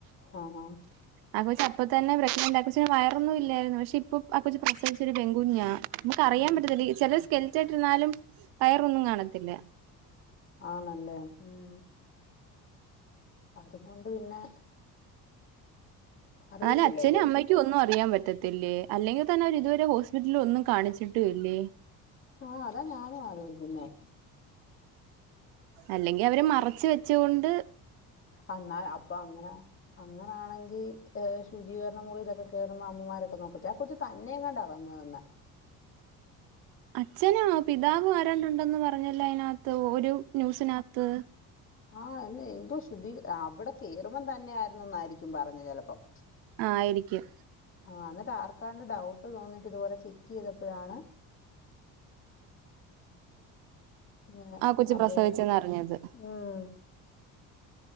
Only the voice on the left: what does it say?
ആഹ് ആഹ്
ആണല്ലേ, ഉം അതുകൊണ്ട് പിന്നെ അറിയത്തില്ലല്ലോ
ആഹ് അതാ ഞാനും ആലോയ്ക്കുന്നെ
അ, അപ്പൊ അങ്ങനെ അങ്ങനാണെങ്കി ശുചീകരണ മുറിയിലൊക്കെ കേറുമ്പോ അമ്മമാരൊക്കെ നോക്കത്തില്ലേ ആ കൊച്ചു തന്നെങ്ങാണ്ടാ വന്നത്.
ആഹ, എന്ന എന്തോ ശുദ്ധീ അവിടെ കയറുമ്പത്തന്നെ ആയിരുന്നു എന്നായിരിക്കും പറഞ്ഞു ചിലപ്പോം.
ആ, ന്നിട്ട് ആർക്കാണ്ട് ഡൗട്ട് തോന്നിട്ട് ഇതുപോലെ ചെക്ക് ചെയ്തപ്പോഴാണ്. ഇങ്ങനെ
സംഭവം
ഉം